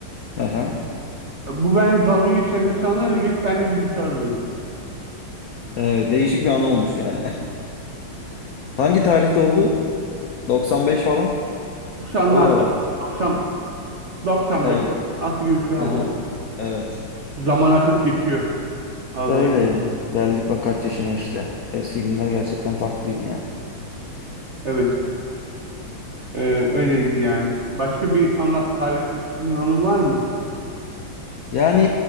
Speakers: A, on the left (about 75°); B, on the right (about 60°).
A: Aha.
B: E, Bu benimle dalga geçen insanlar da gelip benimle bilgisayar oynadı.
A: Evet, değişik bir an olmuş yani. <laughs> Hangi
B: Biraz komik.
A: tarihte oldu? 95 falan.
B: 90'larda
A: O aralar.
B: 90 95
A: Evet.
B: 96 gibi falan
A: Aha.
B: oldu.
A: Evet.
B: Zaman akıp geçiyor. Vallahi.
A: Öyle ya. Geldik bak kaç yaşına işte. Eski günler gerçekten farklıydı ya.
B: Evet. Ee, öyleydi yani. Başka bir anla paylaşmak istediğin anın var mı?
A: Yani